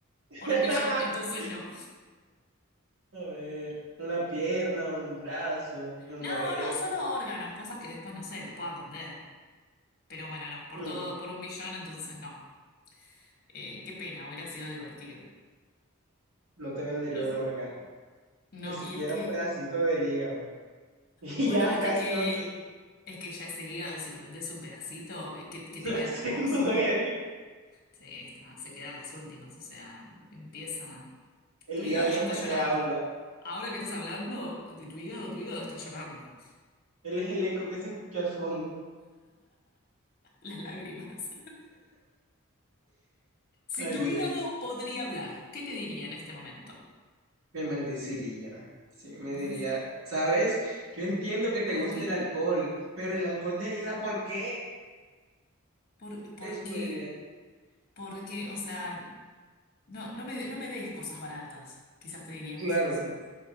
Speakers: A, on the right; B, on the left.
A: <laughs>
B: Por un millón, entonces no.
A: A ver, una pierna, un brazo, una
B: No,
A: oreja.
B: no, solo órganos, cosas que después no sé, las pueda vender. Pero bueno, no, por
A: Mm,
B: todo, por un millón, entonces no. Eh, qué pena, hubiera sido divertido.
A: no te vendería
B: No,
A: un
B: sé.
A: órgano,
B: no,
A: ni siquiera
B: y es que,
A: un pedacito del hígado. <laughs> Y
B: bueno,
A: ya
B: viste
A: casi
B: que
A: no sirve,
B: es que ya ese hígado, si me vendes un pedacito, eh, ¿qué, qué
A: <laughs>
B: te queda
A: se
B: para vos?
A: muere.
B: Sí, está, se quedan las últimas, o sea, empieza.
A: El
B: Tu hígado
A: hígado ya
B: ya
A: está
B: está llorando.
A: que habla.
B: Ahora que estás hablando de tu hígado, tu hígado está llorando.
A: Él es el eco que se escucha al fondo.
B: <laughs> Las lágrimas. Si
A: Ay,
B: tu hígado
A: oye,
B: podría hablar, ¿qué te diría en este momento?
A: me maldeciría. Sí, me
B: Vos
A: diría,
B: decís,
A: ¿sabes? Yo entiendo que
B: ¿por
A: te gusta
B: qué?
A: el alcohol, pero el alcohol de herida, ¿por qué?
B: ¿Por, por
A: Eso
B: qué?
A: me diría.
B: ¿Por qué? O sea, no, no me, no me des cosas baratas. Quizás te diría
A: Claro,
B: cosas así.